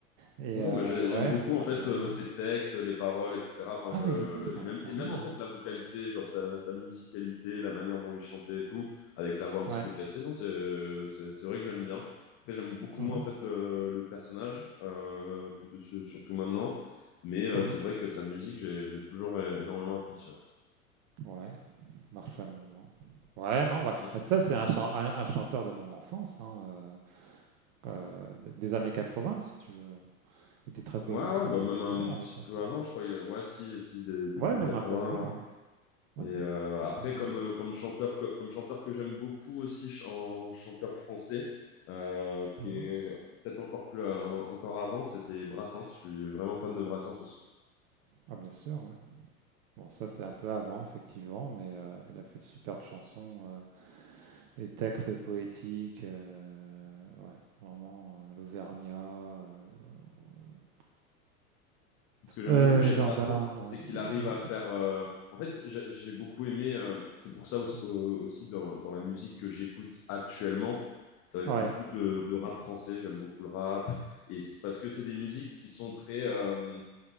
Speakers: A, on the right (about 35°); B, on the left (about 35°).
A: et
B: Ouais,
A: heu,
B: moi je- j'aime
A: ouais,
B: beaucoup
A: Mistral
B: en fait
A: Gagnant.
B: euh, ses textes, les paroles, etc. Enfin,
A: Ah,
B: je
A: mais les textes sont
B: et même
A: vachement
B: et même
A: bien,
B: en
A: ouais.
B: fait la vocalité, genre sa, sa musicalité, la manière dont il chantait et tout, avec la voix un petit
A: Ouais.
B: peu cassée. Non, c'est c'est c'est vrai que j'aime bien. Après, j'aime beaucoup
A: Mmh
B: moins
A: mh.
B: en fait le le personnage, euh, plus de- su- surtout maintenant. Mais euh,
A: Mmh
B: c'est vrai que sa musique, j'ai j'ai toujours é- énormément apprécié. Ouais,
A: Ouais, Marche à l'ombre. hein. Ouais, non, bah,
B: <laughs>
A: bah, ça, c'est un chan un un chanteur de mon enfance, hein, heu euh, des années 80, si tu veux. Il était très, po-
B: ouais, ouais,
A: très,
B: bah
A: très
B: même
A: populaire
B: un
A: à
B: petit
A: l'époque.
B: peu avant, je crois. il- Ouais, si si dé- début
A: Ouais, même
B: vingts
A: un peu avant. hein. Ouais,
B: Et euh, après,
A: absolument.
B: comme,
A: ouais.
B: euh, comme chanteur, que- comme chanteur que j'aime beaucoup aussi ch- en chanteur français, euh,
A: Mhm.
B: qui est peut-être encore plus euh, encore avant, c'était Brassens. Je suis vraiment fan de Brassens aussi.
A: Ah, bien sûr, ouais. Bon, ça, c'est un peu avant, effectivement, mais euh, il a fait de superbes chansons euh, et textes poétiques. euh, ouais, vraiment, euh, l'Auvergnat, euh, ouais.
B: Ce que j'aime
A: euh,
B: beaucoup chez
A: les gendarmes.
B: Brassens, c'est qu'il arrive
A: Mm,
B: à faire. euh, En fait, j'ai j'ai beaucoup aimé. euh, C'est pour ça aussi,
A: mm.
B: au- aussi dans, dans la musique que j'écoute actuellement, ça va être
A: Ouais.
B: beaucoup de, de rap français. J'aime beaucoup le rap et c'est parce que c'est des musiques qui sont très euh,